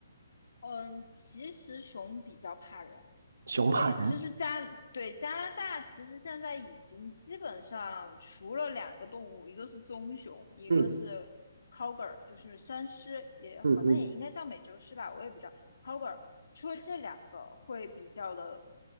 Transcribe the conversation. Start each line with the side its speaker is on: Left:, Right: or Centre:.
Left: 嗯，其实熊比较怕人，
Right: 熊怕人。
Left: 对，其实加对加拿大其实现在已经基本上除了两个动物，一个是棕熊，一个是
Right: 嗯
Left: cougar，就是山狮，也好像也应该叫美洲狮吧，
Right: 嗯嗯
Left: 我也不知道 cougar。除了这两个会比较的